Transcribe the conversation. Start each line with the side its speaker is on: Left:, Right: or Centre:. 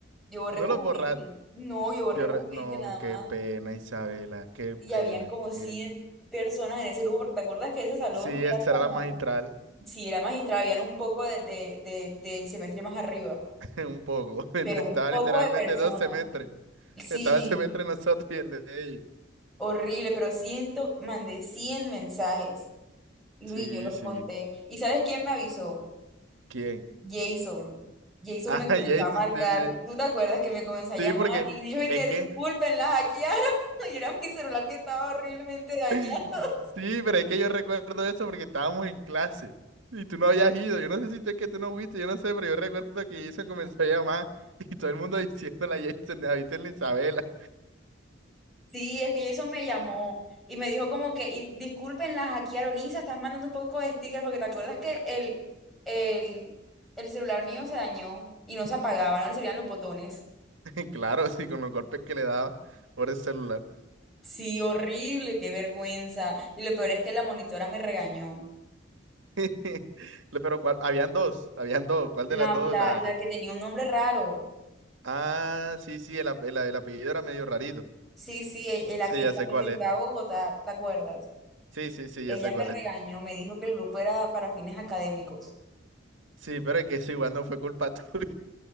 Centre: Yo borré
Right: No
Centre: como
Right: lo borraste.
Centre: veinte No, yo borré
Right: Yo,
Centre: como
Right: re- no,
Centre: 20 nada más.
Right: qué pena, Isabela, qué
Centre: Y
Right: pena.
Centre: habían como 100
Right: qué-
Centre: personas en ese grupo, porque te acuerdas que ese salón
Right: Sí,
Centre: era
Right: esa
Centre: como,
Right: era la magistral.
Centre: si era magistral, habían un poco de, de- de- del semestre más arriba,
Right: <laughs> Un poco. <laughs>
Centre: pero
Right: Estaba
Centre: un poco
Right: literalmente
Centre: de personas.
Right: dos semestres.
Centre: Sí,
Right: Estaba el semestre de nosotros y el de ellos.
Centre: horrible, pero ciento, mandé 100 mensajes. Luis,
Right: Sí,
Centre: yo los
Right: sí.
Centre: conté. ¿Y sabes quién me avisó?
Right: ¿Quién?
Centre: Jason. Jason
Right: Ah,
Centre: me comenzó
Right: <laughs> Jason,
Centre: a marcar.
Right: sí, sí.
Centre: ¿Tú te acuerdas que me comenzó a llamar
Right: Sí, porque
Centre: y dijo y
Right: es
Centre: que
Right: que...
Centre: disculpen, la hackearon? <laughs> Y era mi celular que estaba horriblemente dañado.
Right: <laughs> Sí, pero es que yo recuerdo eso porque estábamos en clase y tú no habías ido. Yo no sé si tú es que tú no fuiste, yo no sé, pero yo recuerdo que Jason comenzó a llamar <laughs> y todo el mundo <laughs> diciéndole a Jason, ¿has visto en la Isabela?
Centre: Sí, es que Jason me llamó y me dijo como que y, disculpen, la hackearon. Isa, estás mandando un poco de stickers porque te acuerdas que el, el, el celular mío se dañó y no se apagaba, no le servían los botones.
Right: <laughs> Claro, sí, con los golpes que le daba por el celular.
Centre: Sí, horrible, qué vergüenza. Y lo peor es que la monitora me regañó.
Right: <laughs> Pero ¿cuál? Habían dos, habían dos. ¿Cuál
Centre: La,
Right: de las dos?
Centre: la,
Right: La,
Centre: la que tenía un nombre raro.
Right: Ah, sí, sí, el, ape- el, el apellido era medio rarito.
Centre: Sí, sí, e- e- la
Right: Sí,
Centre: que,
Right: ya
Centre: la
Right: sé
Centre: que
Right: cuál
Centre: se fue
Right: es.
Centre: a Bogotá, ¿te acuerdas?
Right: Sí, sí, sí,
Centre: Ella
Right: ya sé
Centre: me
Right: cuál
Centre: regañó,
Right: es.
Centre: me dijo que el grupo era para fines académicos.
Right: Sí, pero es que eso igual no fue culpa tuya.